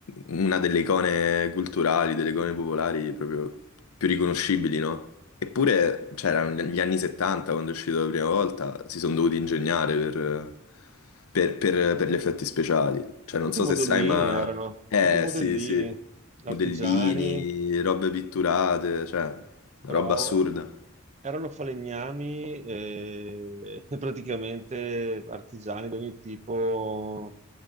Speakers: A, on the left; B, on the right.
A: una delle icone culturali, delle icone popolari proprio più riconoscibili, no? Eppure, cioè, erano gli anni 70 quando è uscito la prima volta, si sono dovuti ingegnare per, per- per- per gli effetti speciali. Cioè, non
B: Tutti
A: so
B: i modellini
A: se sai, ma...
B: erano,
A: Eh,
B: tutti i modellini,
A: sì, sì,
B: artigiani,
A: modellini, robe pitturate, cioè, una
B: bravo,
A: roba assurda.
B: erano falegnami eh, <laughs> e praticamente artigiani di ogni tipo.